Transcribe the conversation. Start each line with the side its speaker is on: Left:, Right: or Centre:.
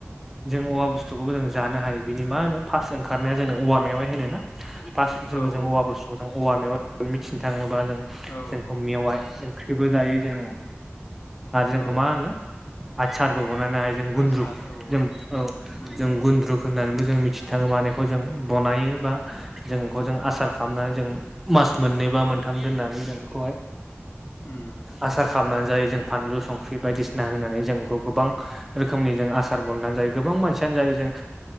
Centre: जों औवा बुस्थुखौबो जों जानो हायो बिनि मा होनो फास्ट ओंनाय जोंङो औवा मेवाय होनो ना फास्ट
Left: औ
Centre: जेबो जों औवा बस्थु जों औवा मेवाय मिथिनो थाङोबा जों
Left: औ
Centre: जोंखौ मेवाइ ओंख्रिबो जायो जोङो। आरो जोंखौ
Left: औ
Centre: मा होनो आसचारबो बानायनो हायो जों गुन्द्रुक
Left: आसार औ
Centre: जों औ
Left: उम
Centre: जों गुन्द्रुक होननानैबो जों मिथिनो थाङो माने खौ जों बनायो बा जों बेखौ जों आसार खालामनानै जों मास मोननै बा मोनथाम दोननानै जों बेखौहाय
Left: उम
Centre: आसार खालामनानै जायो जों फानलु संख्रि बायदिसिना होनानै जोंखौ गोबां रोखोमनि जों आसार बननानै जायो गोबां मानसियानो जायो जों